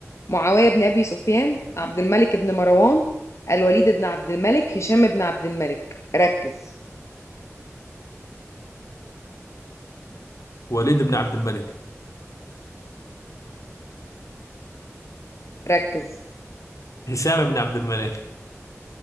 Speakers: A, on the left; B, on the left.
A: معاوية بن أبي سفيان عبد الملك بن مروان الوليد بن عبد الملك هشام بن عبد الملك ركز
B: وليد بن عبد الملك
A: ركز
B: هشام بن عبد الملك